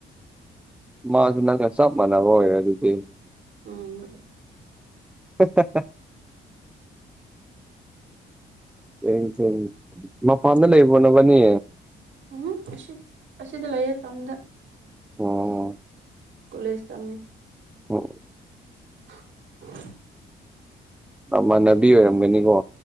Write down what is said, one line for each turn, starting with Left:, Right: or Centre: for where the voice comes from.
Centre: ꯃꯥꯖꯨ ꯅꯪꯒ ꯆꯞ ꯃꯥꯟꯅꯕ ꯑꯣꯏꯔꯦ ꯑꯗꯨꯗꯤ
Right: ꯎꯝ
Centre: <unintelligible> ꯀꯔꯤ ꯇꯧꯔꯤ ꯃꯄꯥꯟꯗ ꯂꯩꯕꯔꯣ ꯅꯣꯏꯕꯅꯤ
Right: ꯎꯝ ꯑꯁꯤ ꯑꯁꯤꯗ ꯂꯩꯌꯦ ꯇꯝꯗ
Centre: ꯑꯣ
Right: ꯀꯂꯁ ꯇꯝꯃꯦ
Centre: ꯑꯣ
Right: <unintelligible>
Centre: ꯃꯃꯥꯟꯅꯕꯤ ꯑꯣꯏꯔꯝꯒꯅꯤꯀꯣ